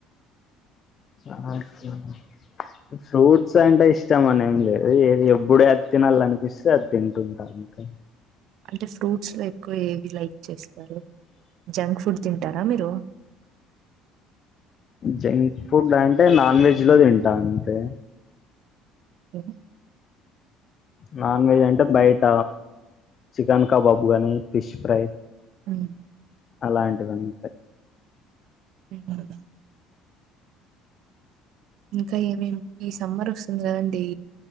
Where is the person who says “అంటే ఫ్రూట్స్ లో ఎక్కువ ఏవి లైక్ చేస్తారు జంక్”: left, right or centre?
Right